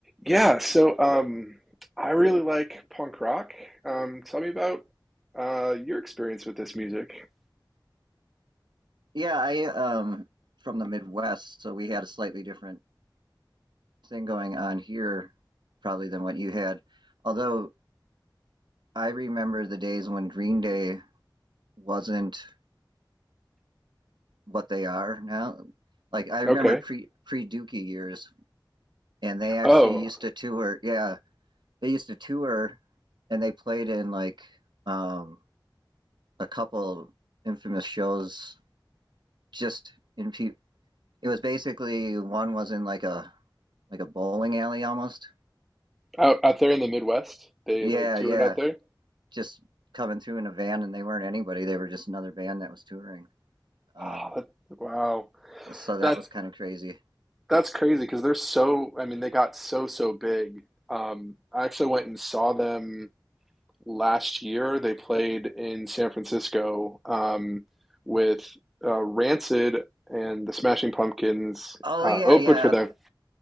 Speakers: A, in the centre; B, on the right.
A: Yeah, so um, I really like punk rock. Um, tell me about uh, your experience with this music.
B: Yeah, I um from the Midwest, so we had a slightly different thing going on here probably than what you had. Although I remember the days when Green Day wasn't what they are now. Like I remember
A: Okay.
B: pre pre Dookie years and they actually
A: Oh,
B: used to tour. Yeah, they used to tour and they played in like um a couple infamous shows just in pe it was basically one was in like a like a bowling alley almost
A: out out there in the Midwest, they
B: Yeah,
A: like toured
B: yeah.
A: out there.
B: Just coming through in a van and they weren't anybody. They were just another band that was touring. Um,
A: Oh, that, wow,
B: so
A: that's
B: that was kind of crazy.
A: that's crazy because they're so. I mean, they got so so big. Um, I actually went and saw them last year. They played in San Francisco um, with uh, Rancid and the Smashing Pumpkins
B: Oh
A: uh,
B: yeah,
A: opened
B: yeah.
A: for them.